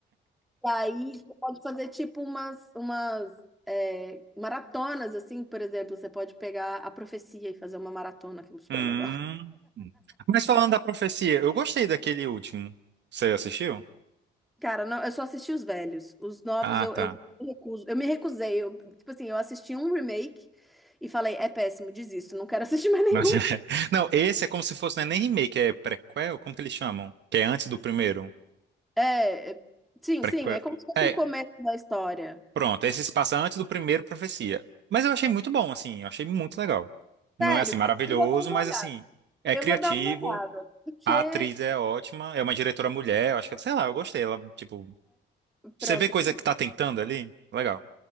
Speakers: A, in the centre; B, on the right (about 60°).
A: E aí você pode fazer tipo umas, umas é, maratonas, assim, por exemplo, você pode pegar A Profecia e fazer uma maratona, que é super
B: Hum.
A: legal.
B: Mas falando da profecia, eu gostei daquele último. Você assistiu?
A: Cara, não, eu só assisti os velhos. Os novos
B: Ah,
A: eu,
B: tá.
A: eu me recuso. Eu me recusei. Eu, tipo assim, eu assisti um remake e falei, é péssimo, desisto, não quero <laughs> assistir mais nenhum.
B: Mas é- <laughs> Não, esse é como se fosse, não é nem remake, é prequel, como que eles chamam? Que é antes do primeiro.
A: É, é- sim,
B: Prequel.
A: sim, é como se fosse
B: É,
A: o começo da história.
B: pronto, esse se passa antes do primeiro Profecia. Mas eu achei muito bom, assim, eu achei muito legal. Não
A: Sério,
B: é assim maravilhoso,
A: eu vou dar uma
B: mas
A: olhada.
B: assim, é
A: Eu
B: criativo,
A: vou dar uma olhada, porque
B: a
A: é,
B: atriz é ótima, é uma diretora mulher, eu acho que, sei lá, eu gostei. Ela, tipo, você
A: pronto,
B: vê coisa
A: por-
B: que tá tentando ali? Legal.